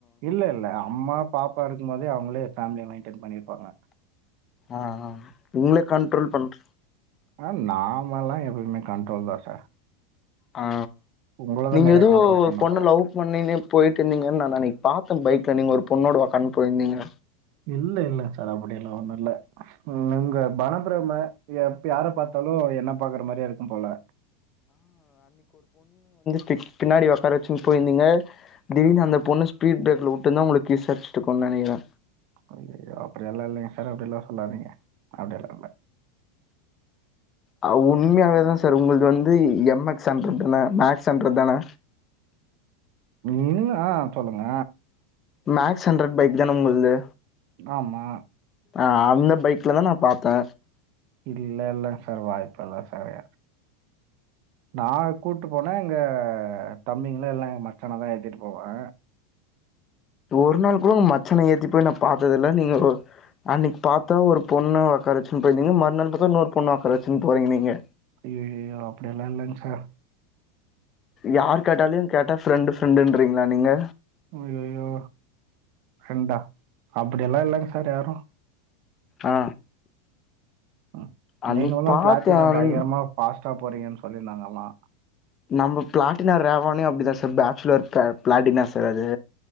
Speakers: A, on the right (about 50°); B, on the left (about 25°).
A: இல்ல இல்ல அம்மா பாப்பா இருக்கும் போதே அவ்ங்களே ஃபேம்லிய மெயின்டென் பண்ணிருப்பாங்க
B: ஆ ஆ உங்ள கண்ட்ரோல் பண்ற
A: ஆ நாமலா எப்பயுமே கண்ட்ரோல் தா சார்
B: ஆ
A: உங்கள தான்
B: நீங்க
A: நெறையா
B: எதோ
A: கண்ட்ரோல்
B: ஒரு
A: பண்ணணும்
B: பொண்ண
A: போல.
B: லவ் பண்ணிட்டே போயிட்ருந்தீங்கன் நா நெனைக் பாத்தன் பைக்ல நீங்க ஒரு பொண்ணோட ஒக்காந்டு போய்ருந்தீங்க
A: இல்ல இல்ல சார் அப்டியெல்லா ஒன்னு இல்ல உன் உங்க மன பிரம்ம எப் யார பாத்தாலு என்ன பாக்குற மாரியே இருக்கும் போல
B: டிக் பின்னாடி ஒக்கார வச்சுன் போயிருந்தீங்க திடீர்னு அந்த பொண்ணு ஸ்பீட் பிரேக்ல வுட்ருந்தா ஒங்களுக்கு கிஸ் அடிச்சிட்ருக்குன் நெனைக்கிறே
A: ஐயயோ அப்டியெல்லா இல்லைங்க சார் அப்டியெல்லா சொல்லாதீங்க அப்டியெல்லா இல்ல
B: ஆ உண்மையாவே தா சார் உங்கள்து வந்து எம் எக்ஸ் ஹன்ட்ரு தான மேக்ஸ் ஹன்ட்ரு தான
A: இல் ஆ சொல்லுங்க
B: மேக்ஸ் ஹண்ட்ரட் பைக் தான உங்கள்து
A: ஆமா
B: ஆ அந்த பைக்ல தா நா பாத்தே
A: இல்ல இல்ல சார் வாய்ப்பு இல்ல சாரே நா கூட்டு போனா எங்க தம்பிங்கள இல்லனா எங்க மச்சானதா ஏத்திட்டு போவே ஆ
B: ஒரு நாள் கூட உன் மச்சான ஏத்திட் போய் நா பாத்தது இல்ல நீங்க அன்னைக்கி பாத்தா ஒரு பொண்ண ஒக்கார வெச்சுன்னு போயிருந்தீங்க மறுநாள் பாத்தா இன்னொரு பொண்ண உக்காரவெச்சினு போறீங்க நீங்க
A: ஏ அப்படி எல்லா இல்லைங் சார்
B: யார் கேட்டாலுயு கேட்டா ஃப்ரெண்டு ஃப்ரெண்டு இன்றீங்களா நீங்க
A: ஐயய்யோ ஃபிரண்டா அப்டி எல்லா இல்லைங் சார் யாரு
B: ஆ
A: ம்
B: அன்னைக்கு
A: நீங்க எல்லா
B: பாத்தே
A: பிளாட்டினா
B: அன்
A: பயங்கரமா ஃபாஸ்ட்டா போறீங்கன்னு சொல்லியிருந்தாங்க எல்லா
B: நம்ப பிளாட்டினா ரேவானே அப்டிதா சார் பேச்சுலர் பிள பிளாட்டினா சார் அது